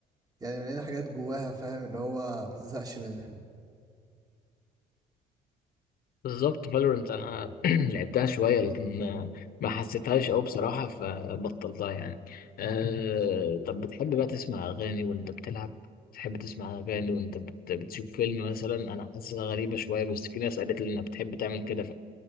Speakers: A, on the right (about 20°); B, on the left (about 60°).
A: يعني مليانة حاجات جواها فاهم اللي هو ما تزهقش منها
B: بالظبط فالورنت انا <clears throat> لعبتها شويه لكن آه، ما حسيتهاش قوي بصراحه فبطلتها يعني أه طب بتحب بقى تسمع اغاني وانت بتلعب بتحب تسمع اغاني وانت بت- بتشوف فيلم مثلا انا حاسسها غريبه شويه بس في ناس قالت لي انها بتحب تعمل كده